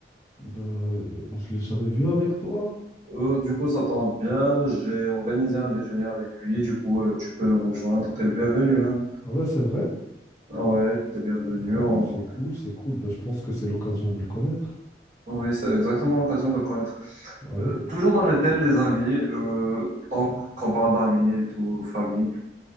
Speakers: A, on the left (about 15°); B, on the right (about 40°).
A: Bah, je l'ai jamais vu avec toi.
B: Euh, du coup, ça tombe bien. J'ai organisé un déjeuner avec lui. Du coup, euh, tu peux nous rejoindre. T'es le bienvenu, hein.
A: Ah ben c'est vrai.
B: Ah Ouais, t'es le bienvenu.
A: Ouais,
B: On-
A: c'est cool, c'est cool. Bah, je pense que c'est l'occasion de le connaître.
B: Oui, c'est exactement l'occasion de le connaître.
A: Ouais.
B: Euh, toujours dans le thème des amis, euh, tant qu'on parle d'amis et tout, famille,